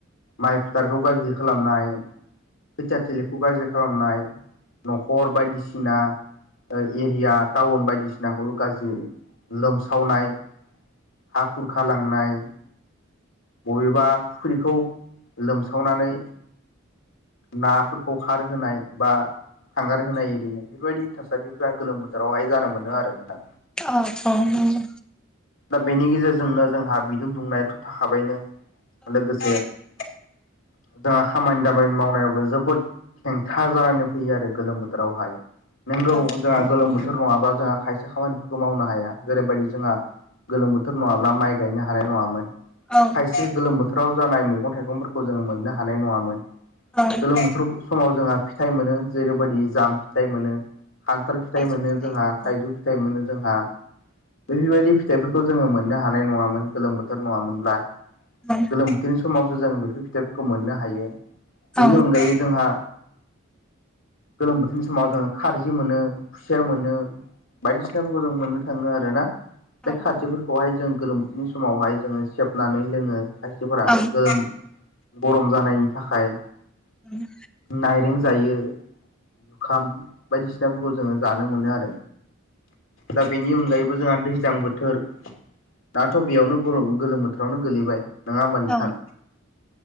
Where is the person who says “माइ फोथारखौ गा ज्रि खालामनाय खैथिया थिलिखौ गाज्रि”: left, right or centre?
Left